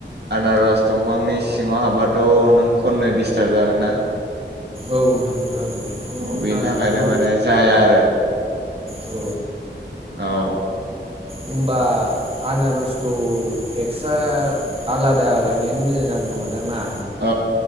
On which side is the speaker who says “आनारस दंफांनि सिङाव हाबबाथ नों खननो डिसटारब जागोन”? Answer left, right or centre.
Right